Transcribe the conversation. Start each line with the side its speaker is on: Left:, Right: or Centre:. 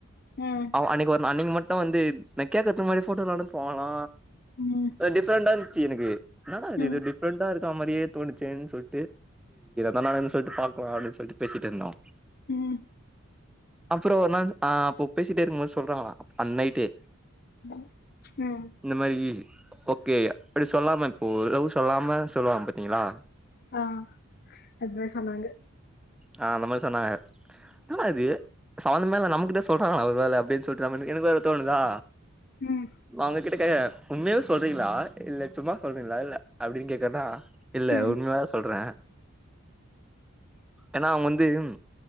Left: ம்
Centre: அவ் அன்னைக்கி ஒர் அன்னைக் மட் ட்ட வந்து நா கேக்கத்து மாரி ஃபோட்டோ எல்லா அனுப்புவாங்களா
Left: ம்
Centre: அ டிஃப்ரெண்டாந்த்ச்சி எனக்கு என்னடாது
Left: ம்
Centre: இது டிஃப்ரெண்ட்டா இருக்க மாரியே தோணுச்சேன் சொல் நனாவேன்னு சொல்ட்டு பாக்லா அப்டின் சொல்ட்டு பேசிட்டுருந்தோ
Left: ம்
Centre: அப்றோ ஒரு நாள் ஆ அப்ப பேசிட்டேருக்கும்போது சொல்றாங்க அந் நைட்டு
Left: ம் ம்
Centre: மாரி ஓகே ப்டி சொல்லாம இப்போ லவ் சொல்லாம சொல்லுவாங் பாத்தீங்ளா
Left: ஆ அதுவே சொன்னாங்க
Centre: ஆ அந்த மாரி சொன்னாங்க என்னடா இது சமந்தேமில்ல நம்கிட்ட சொல்றாங்களா ஒரு வேல அப்டின் சொல்ட்டு நாவந்து எனக் வேற தோணுதா.
Left: ம்
Centre: மாங்கு கிட்ட கைய உண்மேல சொல்றீங்ளா இல்ல சும்மா சொல்றீங்ளா இல்ல அப்டின் கேட்டேனா இல்ல
Left: ம்
Centre: உண்மயா ஸ் அ ஏனாவ் வந்து ம்